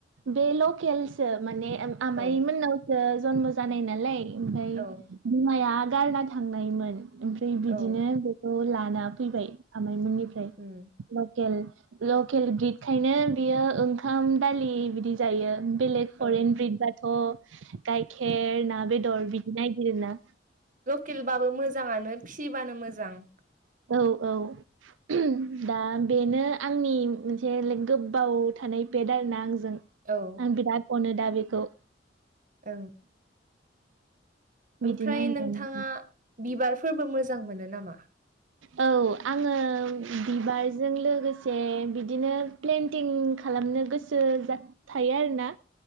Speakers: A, on the right; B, on the right.
A: बे लकेलसो माने आमाइ
B: औ
A: मोननावसो जनम जानाय नालाय ओमफाय
B: औ
A: बिमाया गारना थांनायमोन ओमफ्राय बिदिनो
B: औ
A: बेखौ ल ना फैबाय आमायमोननिफ्राय
B: उम
A: लखेल लखेल ब्रिटखायनो बियो ओंखाम दालि बिदि जायो बेलग
B: औ
A: फरेन ब्रिट बाथ' गख खेर ना बेदर बिदि नागिरो ना
B: लखेलबाबो मोजांआनो फिबानो मोजां
A: औ औ ओ दा बेनो आंनि मोनसे गोबाव थानाय पेट आरोना आं जों
B: औ
A: आं बिराद अनो दा बेखौ
B: ओ
A: बिदिनो
B: ओमफ्राय
A: होननानै
B: नोंथांआ बिबारफोरबो मोजां मोनो नामा?
A: औ आङो बिबारजों लोगोसे बिदिनो प्लेेनटिंक खालामनो गोसो थायो आरो ना